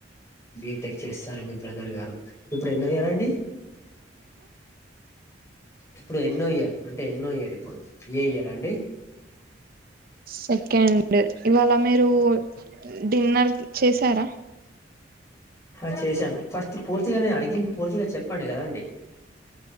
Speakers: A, on the left; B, on the right.
A: బీటెక్ చేస్తారు మీ బ్రదర్ గారు ఇప్పుడు ఎన్నో ఇయర్ అండి ఇప్పుడు ఎన్నో ఇయర్ అంటే ఎన్నో ఇయర్ ఇప్పుడు ఏ ఇయర్ అండి
B: సెకెండ్ ఇవాళ మీరు డిన్నర్ చేసారా
A: హా చేశాను ఫస్ట్ పూర్తిగా నే అడిగింది పూర్తిగా చెప్పండి గదా అండి